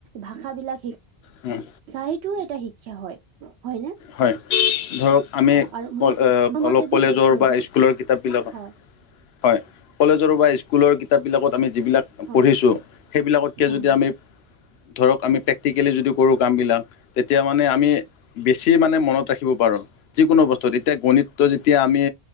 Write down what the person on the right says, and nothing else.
ভাষা বিলাক শি
গাইতোও এটা শিক্ষা হয় হয়নে?
অ আৰু মোৰ
মোৰ মতেদি
সেইটো হৈছে
হয়
হয়।
হয়